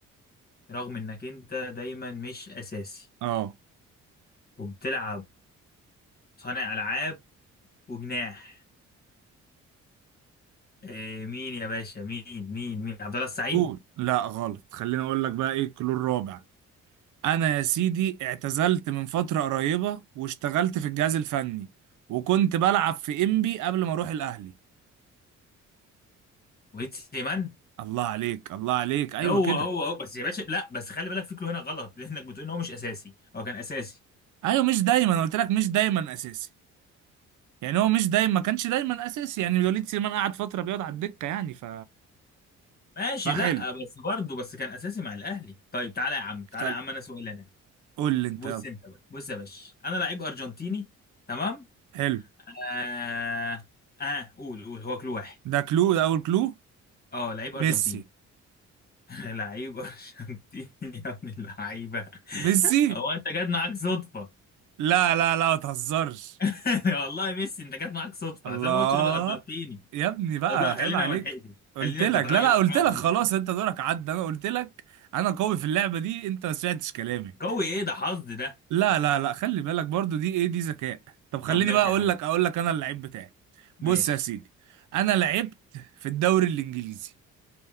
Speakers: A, on the left (about 30°); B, on the right (about 80°).
A: رغم انك انت دايما مش اساسي
B: اه
A: وبتلعب صانع العاب وجناح إيه مين يا باشا مين مين مين عبد الله السعيد
B: قول لا غلط خليني اقول لك بقى ايه الكلو الرابع انا يا سيدي اعتزلت من فترة قريبة واشتغلت في الجهاز الفني وكنت بلعب في انبي قبل ما اروح الاهلي
A: وليد سليمان
B: الله عليك الله عليك ايوه
A: هو
B: كده
A: هو هو بس يا باشا لا بس خلي بالك فكره هنا غلط لانك بتقول ان هو مش اساسي هو كان اساسي
B: ايوه مش دايما أنا قلت لك مش دايما اساسي يعني هو مش دايما ما كانش دايما اساسي يعني وليد سليمان قعد فترة بيقعد على الدكة يعني ف
A: ماشي
B: فحلو
A: لا بس برضه بس كان اساسي مع الاهلي طيب تعالى يا عم تعالى
B: خل...
A: يا عم انا سؤال انا
B: قول لي انت
A: بص
B: يلا
A: انت بقى بص يا باشا انا لعيب ارجنتيني تمام
B: حلو
A: اه اه قول قول هو كل واحد
B: ده كلو ده اول كلو
A: اه لعيب ارجنتيني
B: ميسي
A: <laughs> لعيب ارجنتيني يا ابن اللعيبه
B: ميسي
A: هو انت جاد معاك صدفه
B: لا لا لا ما تهزرش
A: <laughs> والله ميسي انت جت معاك صدفه
B: الله
A: زي ما قلتش غير ارجنتيني
B: يا ابني بقى
A: طب لا
B: عيب
A: خلينا
B: عليك
A: ما لحقتش
B: قلت
A: خلينا
B: لك
A: انت طالع
B: لا
A: اجيب
B: لا
A: لك
B: قلت
A: حاجه
B: لك
A: في النص
B: خلاص انت دورك عدى انا قلت لك انا قوي في اللعبه دي انت ما سمعتش كلامي
A: قوي ايه ده حظ ده
B: لا لا لا خلي بالك برضو دي ايه دي ذكاء طب خليني
A: طب ماشي
B: بقى اقول
A: يا عم
B: لك اقول لك انا اللعيب بتاعي
A: ماشي
B: بص يا سيدي انا لعبت في الدوري الانجليزي